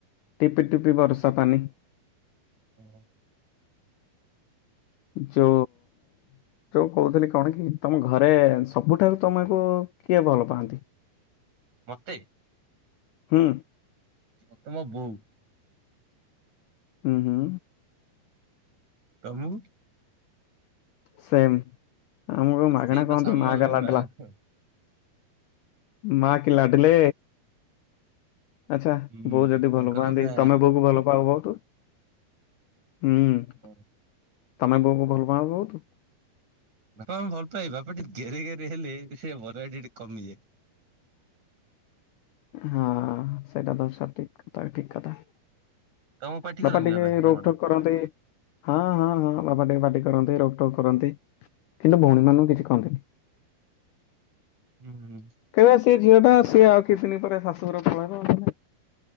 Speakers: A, on the left; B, on the right.
A: ଟିପି ଟିପି ବର୍ଷା ପାଣି।
B: ହୁଁ।
A: ଯୋ ଯୋଉ କହୁଥିଲି କଣ କି ତମ ଘରେ ସବୁଠାରୁ ତମକୁ କିଏ ଭଲ ପାଆନ୍ତି?
B: ମୋତେ?
A: ହୁଁ।
B: ମତେ ମ ବୋଉ।
A: ହୁଁ ହୁଁ
B: ତମୁକୁ।
A: ସେମ୍ ଆମକୁ
B: ଆଉ
A: ମାଗଣା
B: ସିଏ ତ
A: କହନ୍ତି
B: ସମ
A: ମାକା ଲାଡାଲା। ମା କି ଲାଡ଼ଲେ। ଆଚ୍ଛା
B: ହୁଁ
A: ବୋଉ ଯଦି
B: ତାଙ୍କର
A: ଭଲ ପାଆନ୍ତି
B: ପୁରା
A: ତମେ ବୋଉକୁ ଭଲ ପାଅ ବହୁତ ହୁଁ।
B: <unintelligible>
A: ତମେ ବୋଉଙ୍କୁ ଭଲ ପାଅ ବହୁତୁ।
B: ବାପା ଆମେ ଭଲ ପାଇବା ଟିକେ ଗେରେ ଗେରେ ହେଲେ ସେ ବର ଟିକେ କମିଯାଏ।
A: ହଁ ସେଇଟା ତ ସ ଠିକ୍ ଉପାୟ ଠିକ୍‌ କଥା।
B: ତମକୁ ପାଟି
A: ବାପା
B: କରନ୍ତି
A: ଟିକେ
B: ବାବା ତମର?
A: ରୋକ ଠକ୍ କରନ୍ତି ହଁ ହଁ ହଁ ବାପା ଟିକେ ପାଟି କରନ୍ତି ରୋକ ଠକ୍ କରନ୍ତି। କିନ୍ତୁ ଭଉଣୀ
B: ହଁ
A: ମାନଙ୍କୁ କିଛି କହନ୍ତିନି।
B: ହୁଁ ହୁଁ।
A: କହବେ ସେ ଝିଅ ଟା ସି ଆଉ କିଛିିଦିନି ପରେ ଶାଶୁଘର ପଳେଇବ।